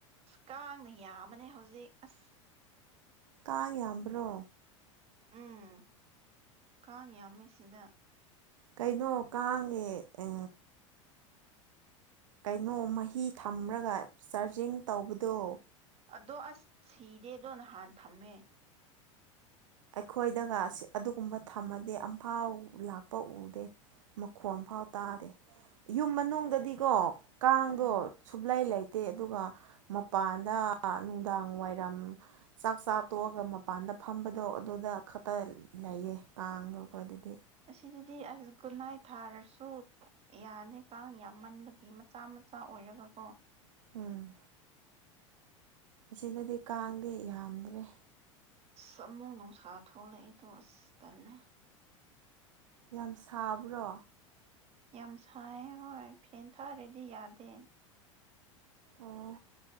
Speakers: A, on the right (about 40°); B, on the right (about 70°).
A: ꯀꯥꯡꯅꯌꯥ ꯑꯃꯅꯦ ꯍꯧꯖꯤꯛ ꯑꯁ
B: ꯀꯥꯡꯉ ꯌꯥꯝꯕ꯭ꯔꯣ
A: ꯎꯝ ꯀꯉ ꯑꯃꯦꯁꯤꯗ
B: ꯀꯩꯅꯣ ꯀꯥꯡꯉꯦ ꯑ ꯀꯩꯅꯣ ꯃꯍꯤ ꯊꯝꯂꯒ ꯆꯥꯔꯖꯤꯡ ꯇꯧꯕꯗꯣ
A: ꯑꯗꯣ ꯑꯁ ꯁꯤꯗꯦꯗꯣ ꯅꯍꯥꯟ ꯊꯝꯃꯦ
B: ꯑꯩꯈꯣꯏꯗꯒ ꯑꯗꯨꯒꯨꯝꯕ ꯊꯝꯃꯗꯤ ꯑꯝꯐꯥꯎ ꯂꯥꯛꯄ ꯎꯗꯦ ꯃꯈꯣ ꯑꯃꯝꯐꯥꯎ ꯇꯥꯔꯦ ꯌꯨꯝ ꯃꯅꯨꯡꯗꯗꯤꯀꯣ
A: ꯑꯁ
B: ꯀꯥꯡꯗꯣ
A: ꯎꯝ
B: ꯁꯨꯛꯂꯥꯏ ꯂꯩꯇꯦ ꯑꯗꯨꯒ ꯃꯄꯥꯟꯗ ꯅꯨꯡꯗꯥꯡ ꯋꯥꯏꯔꯝ ꯆꯥꯛ ꯆꯥꯛ ꯇꯣꯛꯑꯒ ꯃꯄꯥꯟꯗ ꯐꯝꯕꯗꯣ ꯑꯗꯨꯗ ꯈꯛꯇ ꯂꯩꯌꯦ ꯄꯥꯡꯕ ꯑꯩꯗꯤ
A: ꯑꯁꯤꯗꯨꯗꯤ ꯑꯁ ꯒꯨꯟꯅꯥꯥꯏ ꯊꯥꯔꯁꯨ ꯌꯥꯅꯤ ꯀꯥꯡ ꯌꯥꯝꯃꯟꯕꯒꯤ ꯃꯆꯥ ꯃꯆꯥ ꯑꯣꯏꯔꯒꯀꯣ
B: ꯎꯝ ꯑꯁꯤꯗꯗꯤ ꯀꯥꯡꯗꯤ ꯌꯥꯝꯗ꯭ꯔꯦ
A: ꯆꯃꯨ ꯅꯨꯡꯁꯥ ꯊꯣꯛꯂꯛꯏꯗꯣ ꯑꯁ ꯇꯟꯅ
B: ꯌꯥꯝ ꯁꯥꯕ꯭ꯔꯣ
A: ꯌꯥꯝ ꯁꯥꯏꯌꯦ ꯍꯣꯏ ꯐꯦꯟ ꯊꯥꯔꯗꯤ ꯌꯥꯗꯦ
B: ꯑꯣ